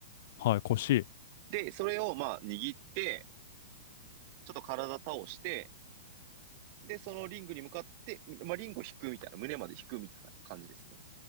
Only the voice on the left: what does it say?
はい、腰。